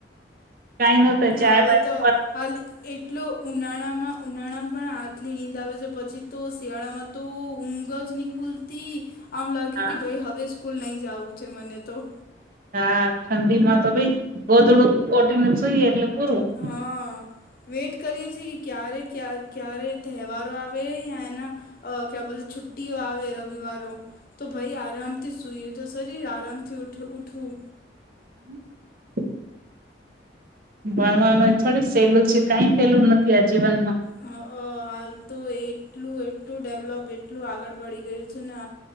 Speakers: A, on the right (about 50°); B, on the left (about 50°).
A: કઈ નહત ચાય
B: હવે
A: પાાય
B: તો હાલ એટલુ ઉનાળામાં ઉનાળા પણ હાટલી નીંદ આવે છે પછી તો શિયાળામાં તો ઊંઘ જ ની ખૂલ તી આમ લાગે
A: હા
B: કે ભાઈ હવે સ્કૂલ નહી જવું છે મને તો
A: હા ઠંડીમાં તો ભી ગોધડું ઓઠી ને સુઈએ એટલે પૂરું
B: હા વેઇટ કરીએ છીએ કે ક્યારે ક્યા ક્યારે તહેવારો આવે યા એના અ કયા બોલ છુટ્ટીઓ આવે રવિવારો તો ભાઈ આરામથી સૂઈએ તો સહી આરામથી ઉઠવું
A: હમ્મ ભણવાનું એ થોડી સહેલું છે કઈ સહેલું નથી આ જીવનમાં
B: હાલ તો એટલું એટલું ડેવલોપ એટલું આગળ બળી ગયું છે ને